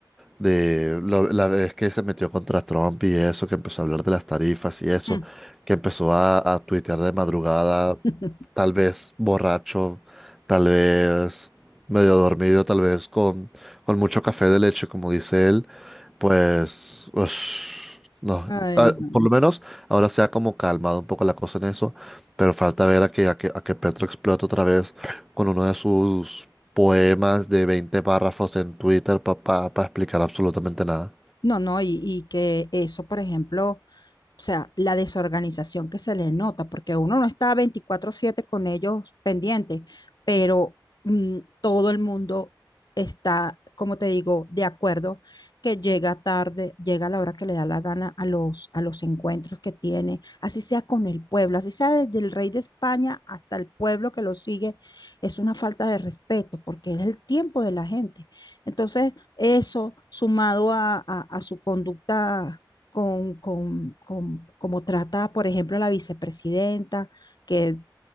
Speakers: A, in the centre; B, on the left.
A: de lo- la vez que se metió contra Trump y eso, que empezó a hablar de las tarifas y eso,
B: Mm.
A: que empezó a, a tuitear de madrugada,
B: <laughs>
A: tal vez borracho, tal vez medio dormido, tal vez con, con mucho café de leche, como dice él, pues, ush, no.
B: Ay,
A: Ah,
B: no.
A: por lo menos ahora se ha como calmado un poco la cosa en eso, pero falta ver a que, a que, a que Petro explote otra vez con uno de sus poemas de 20 párrafos en Twitter para explicar absolutamente nada.
B: No, no, y, y que eso, por ejemplo, o sea, la desorganización que se le nota, porque uno no está veinticuatro siete con ellos pendientes, pero mm, todo el mundo está, como te digo, de acuerdo que llega tarde, llega a la hora que le da la gana a los, a los encuentros que tiene, así sea con el pueblo, así sea desde el rey de España hasta el pueblo que lo sigue, es una falta de respeto porque es el tiempo de la gente. Entonces, eso sumado a, a, a su conducta con, con, con cómo trata, por ejemplo, a la vicepresidenta, que